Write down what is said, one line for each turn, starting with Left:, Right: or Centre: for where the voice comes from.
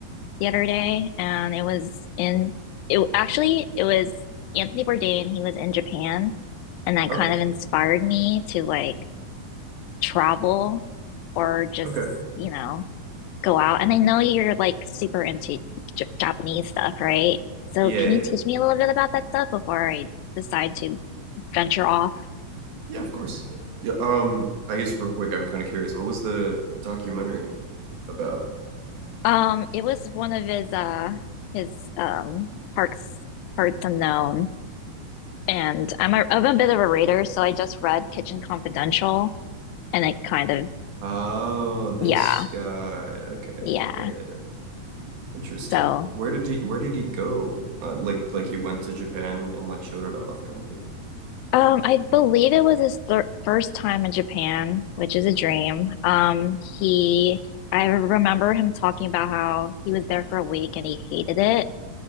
Left: the other day and it was in it actually it was Anthony Bourdain, he was in Japan and that
Right: Oh,
Left: kind of inspired me to like travel or just,
Right: okay.
Left: you know, go out. And I know you're like super into J Japanese stuff, right? So
Right: Yeah,
Left: can
Right: yeah.
Left: you teach me a little bit about that stuff before I decide to venture off?
Right: Yeah, of course. Yeah, um, I guess real quick, I'm kind of curious. What was the documentary about?
Left: Um, it was one of his uh his um parts parts unknown. And I'm a I'm a bit of a reader, so I just read Kitchen Confidential and it kind of
Right: Oh, this
Left: yeah,
Right: guy. Okay.
Left: yeah.
Right: Yeah, interesting.
Left: So
Right: Where did he where did he go? Uh, like like he went to Japan and like showed it off kind of thing.
Left: um I believe it was his thir first time in Japan, which is a dream. Um he I remember him talking about how he was there for a week and he hated it,